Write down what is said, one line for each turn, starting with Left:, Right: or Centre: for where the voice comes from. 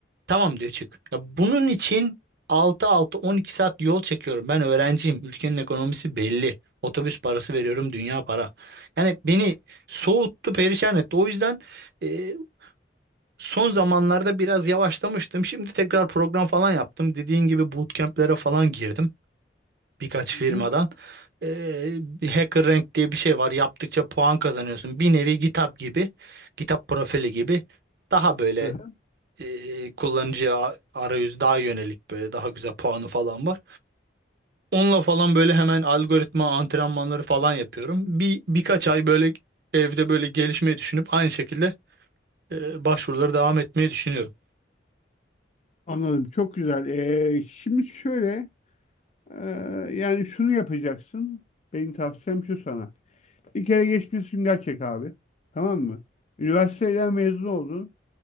Right: Tamam diyor çık. Ya bunun için 6-6-12 saat yol çekiyorum. Ben öğrenciyim. Ülkenin ekonomisi belli. Otobüs parası veriyorum. Dünya para. Yani beni soğuttu, perişan etti. O yüzden e, son zamanlarda biraz yavaşlamıştım. Şimdi tekrar program falan yaptım. Dediğin gibi bootcamp'lere falan girdim. Birkaç
Left: Hı
Right: firmadan.
Left: hı.
Right: E, bir Hacker Rank diye bir şey var. Yaptıkça puan kazanıyorsun.
Left: Evet.
Right: Bir nevi GitHub gibi. GitHub profili gibi. Daha böyle
Left: Hı hı.
Right: e, kullanıcıya a- arayüz daha yönelik böyle daha güzel puanı falan var. Onunla falan böyle hemen algoritma antrenmanları falan yapıyorum. Bir birkaç ay böyle evde böyle gelişmeyi düşünüp aynı şekilde e, başvuruları devam etmeyi düşünüyorum.
Left: Anladım. Çok güzel. E, şimdi şöyle e, yani şunu yapacaksın. Benim tavsiyem şu sana. Bir kere geçmiş sünger çek abi. Tamam mı? Üniversiteden mezun oldun.